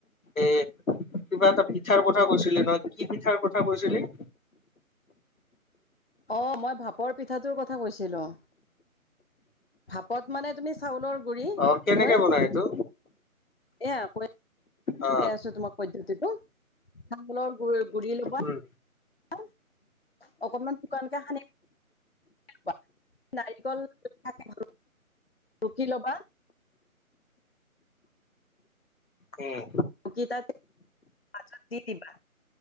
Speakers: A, on the left; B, on the left.
A: এ কিবা এটা পিঠাৰ কথা কৈছিলি নহয়, কি পিঠাৰ কথা কৈছিলি?
B: অঁ মই ভাপৰ পিঠাটোৰ কথা কৈছিলোঁ। ভাপত মানে তুমি চাউলৰ গুৰি
A: অ কেনেকে
B: লয়,
A: বনাই এইটো
B: এয়া কৈ
A: অ
B: আছো তোমাক পদ্ধতিটো চাউলৰ গু-গুৰি ল'বা।
A: উম
B: লবা, অকনমান শুকানকে সানি <inaudible>
A: উম।
B: <inaudible> পাছত দি দিবা।